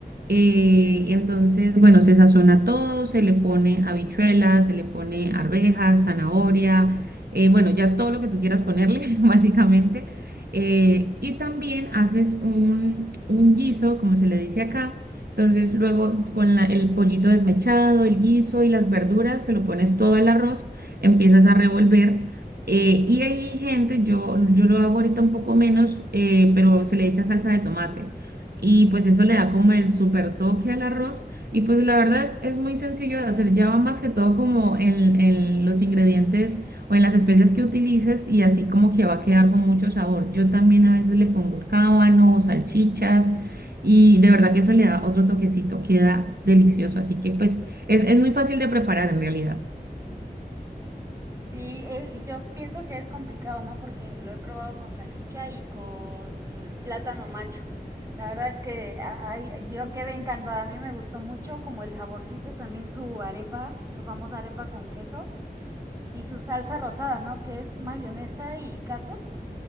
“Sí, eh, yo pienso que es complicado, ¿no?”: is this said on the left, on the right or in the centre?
Right